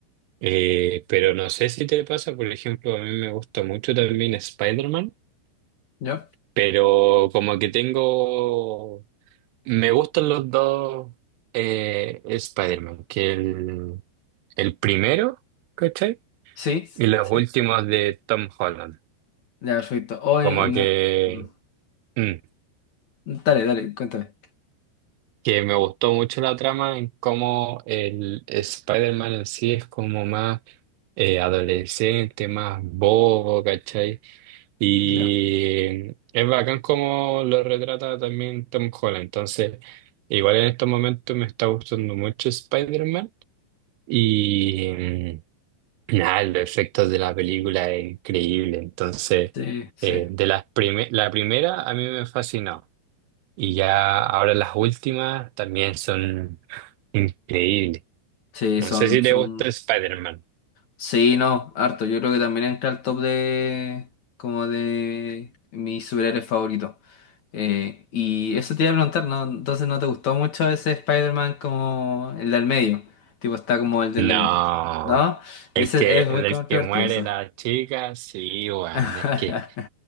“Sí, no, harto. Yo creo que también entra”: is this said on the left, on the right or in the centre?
Left